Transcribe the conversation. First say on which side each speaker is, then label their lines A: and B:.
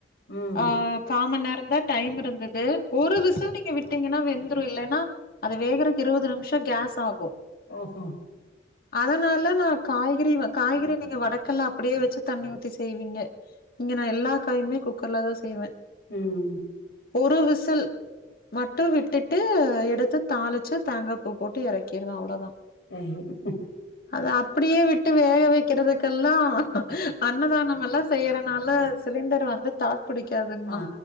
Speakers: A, on the left; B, on the left.
A: ம்
B: ஆ காமன் நேரோந்தா டைம் இருந்தது ஒரு விசில் நீங்க விட் டீங்கன்னா வெந்துரு இல்லன்னா அது வேகறதுக்கு இருபது நிம்ஷோ கேஸ் ஆகு
A: ஓகோ
B: அதனால நா காய்கறி காய்கறி நீங்க வடக்கல்ல அப்படியே வச்சு தண்ணி ஊத்தி செய்வீங்க இங்க நா எல்லா காயுமே குக்கர்ல தா செய்வே
A: ம்
B: ஒரு விசில் மட்டு விட்டுட்டு எடுத்து தாளிச்சு தேங்கப்பூ போட்டு இறக்கிருவே அவ்ளதா
A: ஏ கிம்
B: அத அப்டியே விட்டு வேக வக்கிறதுக்கெல்லா அன்னதானம் எல்லா செய்யறனால சிலிண்டர் வந்து தாக்கு பிடிக்காதுங்கம்மா
A: ஆ